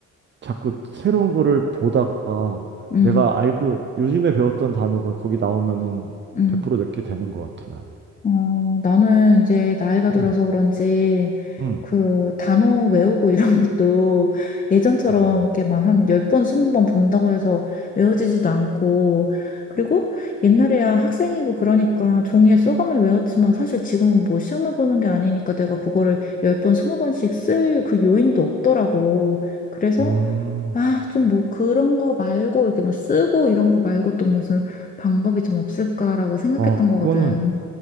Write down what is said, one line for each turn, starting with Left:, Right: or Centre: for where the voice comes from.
Right: 자꾸 새로운 거를 보다가
Left: 음,
Right: 내가 알고 요즘에 배웠던 단어가 거기 나오면은
Left: 음.
Right: 100% 내게 되는 것 같아, 나는.
Left: 어, 나는 이제 나이가 들어서
Right: 음,
Left: 그런지
Right: 음.
Left: 그 단어 외우고 이런 <laughs> 것도 예전처럼
Right: 음.
Left: 이렇게 막 한 10번, 20번 본다고 해서 외워지지도 않고 그리고 옛날에야 학생이고 그러니까 종이에 소감을 외웠지만 사실 지금은 뭐 시험을 보는 게 아니니까 내가 그거를 10번, 20번씩 쓸 그 요인도 없더라고. 그래서
Right: 음.
Left: 아, 좀 뭐 그런 거 말고 이렇게 막 쓰고 이런 거 말고 또 무슨 방법이 좀 없을까라고 생각했던
Right: 아, 그거는
Left: 거거든.